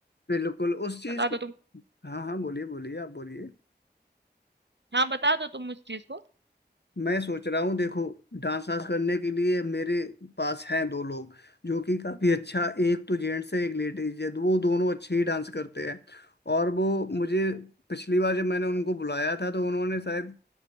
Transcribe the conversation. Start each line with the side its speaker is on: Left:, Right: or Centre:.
Left: बिल्कुल उस चीज
Right: बता दो
Left: को
Right: तुम
Left: हाँ हाँ बोलिए बोलिए आप बोलिए
Right: हाँ, बता दो तुम उस चीज़ को।
Left: मैं सोच रहा हूँ देखो डांस वांस करने के लिए मेरे पास हैं दो लोग जो कि काफी अच्छा एक तो जेंट्स है एक लेडीज है वो दोनों अच्छे ही डांस करते हैं और वो मुझे पिछली बार जब मैंने उनको बुलाया था तो उन्होंने शायद